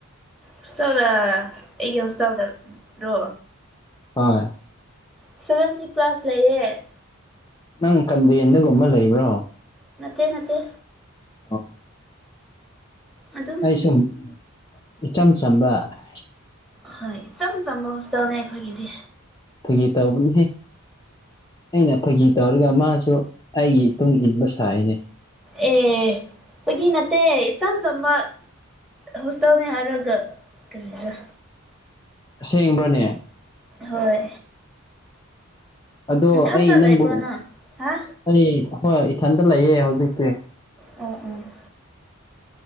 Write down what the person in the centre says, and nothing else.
ꯍꯁꯥꯎꯗ ꯑꯩꯒ ꯍꯁꯎꯗ ꯔꯣ
ꯁꯚꯦꯟꯇꯤ ꯀ꯭ꯂꯥꯁ ꯂꯩꯌꯦ
ꯅꯠꯇꯦ ꯅꯠꯇꯦ
ꯑꯗꯨꯝ
ꯍꯣꯏ ꯏꯆꯝ ꯆꯝꯕ ꯍꯣꯁꯇꯦꯜꯅꯦ ꯑꯩꯈꯣꯏꯒꯤꯗꯤ
ꯑꯦ ꯑꯩꯈꯣꯏꯒꯤ ꯅꯠꯇꯦ ꯏꯆꯝ ꯆꯝꯕ ꯍꯣꯁ ꯇꯧꯅꯦ ꯑꯔꯒ ꯀꯔ
ꯍꯣꯏ
ꯏꯊꯟꯇ
ꯂꯩꯕ꯭ꯔꯣ ꯅꯪ ꯍꯥ
ꯎꯝ ꯎꯝ